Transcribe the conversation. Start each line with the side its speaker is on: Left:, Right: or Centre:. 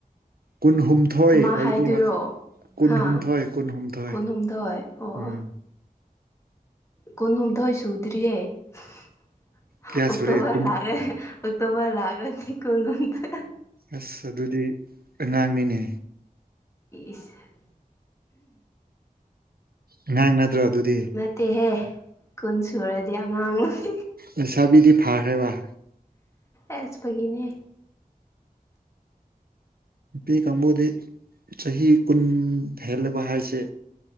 Right: ꯀꯨꯟꯍꯨꯝꯊꯣꯏ
Left: ꯀꯃꯥꯏ
Right: ꯑꯣꯏꯅꯤꯕ
Left: ꯍꯥꯏꯗꯣꯏꯔꯣ
Right: ꯀꯨꯟꯍꯨꯝꯊꯣꯏ
Left: ꯍꯥꯥ
Right: ꯀꯨꯟꯍꯨꯝꯊꯣꯏ
Left: ꯀꯨꯟꯍꯨꯝꯊꯣꯏ ꯑꯣ
Right: ꯎꯝ
Left: ꯑꯣ ꯀꯨꯟꯍꯨꯝꯊꯣꯏ ꯁꯨꯗ꯭ꯔꯤꯌꯦ <unintelligible>
Right: ꯀꯌꯥ
Left: ꯑꯣꯛꯇꯣꯕꯔ
Right: ꯁꯨꯔꯦ ꯀꯨꯟ
Left: ꯂꯥꯛꯔ__ <unintelligible> ꯑꯣꯛꯇꯣꯕꯔ ꯂꯥꯛꯔꯅꯤ ꯀꯨꯟꯍꯨꯝꯊ__ <unintelligible>
Right: ꯑꯁ ꯑꯗꯨꯗꯤ ꯑꯉꯥꯡꯅꯤꯅꯦ
Left: ꯏꯁ <unintelligible>
Right: ꯑꯉꯥꯡ ꯅꯠꯇ꯭ꯔꯣ ꯑꯗꯨꯗꯤ
Left: ꯇꯦꯍꯦ ꯀꯨꯟ ꯁꯨꯔꯗꯤ ꯑꯉꯥꯡ <unintelligible>
Right: ꯂꯩꯁꯥꯕꯤꯗꯤ ꯐꯥꯈ꯭ꯔꯦꯕ
Left: ꯑꯦꯁ ꯐꯥꯒꯤꯅꯦ
Right: ꯄꯤ ꯀꯥꯡꯕꯨꯗꯤ ꯆꯍꯤ ꯀꯨꯟ ꯍꯦꯜꯂꯕ ꯍꯥꯏꯁꯦ